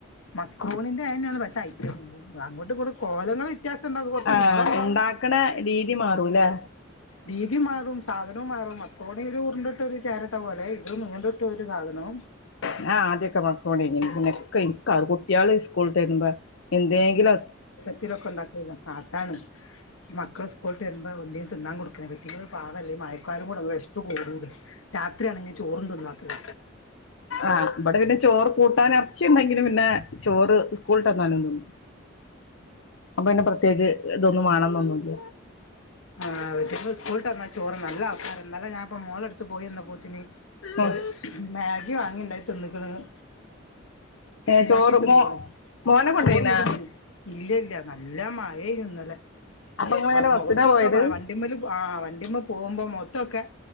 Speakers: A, on the left (about 85°); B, on the left (about 65°).
A: മക്രോണിന്റെ അയന്നേണ് പക്ഷെ അം അങ്ങോട്ടുങ്ങട്ടും കോലങ്ങൾ വ്യത്യാസ ണ്ടാവും കൊർച്ച്
B: ആഹ്
A: നീളണ്ടാവും
B: ഇണ്ടാക്കണ രീതി മാറൂലേ
A: രീതി മാറും സാധനോം മാറും മക്രോണിഒരു ഉർണ്ട്ട്ടൊരു ചേരട്ട പോലെ ഇത് നൂൽ ഒരു സാധനവും
B: ഞാ ആദ്യൊക്കെ മക്രോണി തിന്നീന്ന് പിന്നൊക്കെ കുട്ട്യാള് സ്കൂൾട്ടെരുമ്പ എന്തെങ്കിലും
A: ഒത്തിരൊക്കെ ഉണ്ടാകൊള്ളു അതാണ് ഈ മക്കൾ സ്കൂള്ട്ട് വെരുമ്പോ ന്തേലും തിന്നാൻ കൊട് ക്ക്ണത് അയിറ്റേള് പാവല്ലേ മയക്കാലം കൂടെ വിഷ്പ് കൂട്ണ്ടേയ് രാത്രിയാണെങ്കി ചോറുംന്നാത്തത്
B: ആഹ് ബടെ ടെ പിന്നെ ചോറ് കൂട്ടാൻ ഇറച്ചിണ്ടെങ്കില് പിന്നെ ചോറ് സ്കൂള്ട്ട് വന്നാലും തിന്നും അപ്പ പിന്നെ പ്രത്യേകിച്ച് തൊന്നും വാണന്നൊന്നുല്ല
A: ആഹ് വീട്ടിക്ക് സ്കൂള്ട്ട് വന്ന ചോറ് നല്ല ആൾക്കാര ന്നലെ ഞാനിപ്പോ മോളെട്ത്ത് പോയി വന്നപ്പോത്തിന്
B: ഉം
A: ഓല് മാഗി വാങ്ങിണ്ടാക്കി തിന്ന്ക്ക്ണ്
B: ഏഹ്
A: ണ്ടാക്കി
B: ചോറ്
A: തിന്ന്ക്ക്ണ്
B: മോ മോനെ കൊണ്ടോയിനാ
A: ചോറ്ന്ന്ട്ടും ത് ന്നു ഇല്ലല്ല നല്ല മയേയ്ന്നുന്നലെ
B: അപ്പൊ ഇങ്ങളിങ്ങനെ
A: മൊഖത്തൊ
B: ബസ്സിനാ പോയത്
A: വണ്ടിമ്മല് ആ വണ്ടിമ്മ പോകുമ്പോ മോത്തോക്കെ